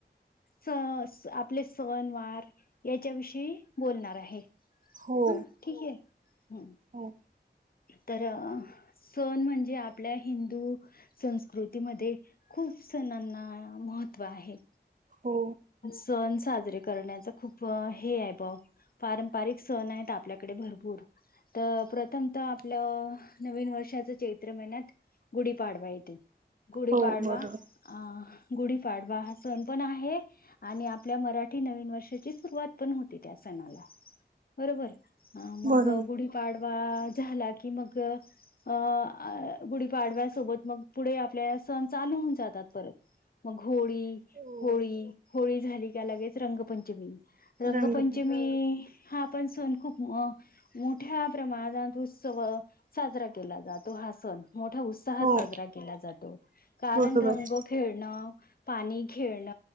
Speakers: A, on the left; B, on the right.
A: च आपले सण वार याच्या विषयी बोलणार आहे.
B: हो
A: हा ठीक आहे, हम.
B: हो
A: तर सण म्हणजे आपल्या हिंदू संस्कृतीमध्ये खूप खूप सणांना महत्व आहे.
B: हो
A: सण साजरे करण्याच खूप हे आहे भा पारंपारिक सण आहेत आपल्याकडे भरपूर. तर प्रथम तर आपलं नवीन वर्षाच चैत्र महिन्यात गुढीपाडवा येतील. गुडी
B: हो
A: पाडवा
B: बरोबर
A: अह गुढीपाडवा हा सण पण आहे, आणि आपल्या मराठी नवीन वर्षाची सुरुवात पण होती त्या सण बरोबर? मग
B: बरोबर
A: गुढीपाडवा झाला की मग अ गुढीपाडव्यासोबत मग पुढे आपल्या सण चालू होऊन जातात. त मग होळी
B: हो
A: होळी होळी झाली का लगेच रंगपंचमी. रंगपंचमी
B: रंगपंच
A: हा पण सण खूप मोठ्या प्रमाणात उत्सव साजरा केला जातो हा सण. मोठा उत्साहात
B: हो
A: साजरा केला जातो. कारण
B: बरोबर
A: रंग खेळणं पाणी खेळण.